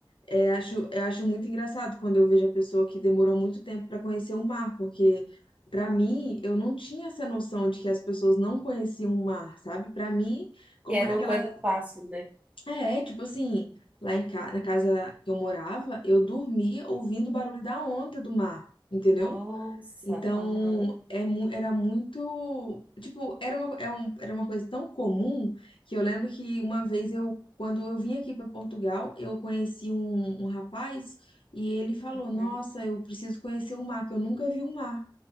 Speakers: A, on the left; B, on the right.
A: é, acho, eu acho muito engraçado quando eu vejo a pessoa que demorou muito tempo para conhecer o mar, porque para mim eu não tinha essa noção de que as pessoas não conheciam o mar, sabe? Para mim, como
B: E era
A: era
B: uma
A: aquela.
B: coisa fácil, né?
A: É, tipo assim, lá em ca... na casa que eu morava, eu dormia ouvindo o barulho da onda do mar, entendeu?
B: Nossa,
A: Então,
B: aham.
A: é mu- era muito, tipo, era uma, é um- era uma coisa tão comum que eu lembro que uma vez eu, quando eu vim aqui para Portugal, eu conheci um, um rapaz e ele falou, nossa,
B: Uhum.
A: eu preciso conhecer o mar, que eu nunca vi o mar.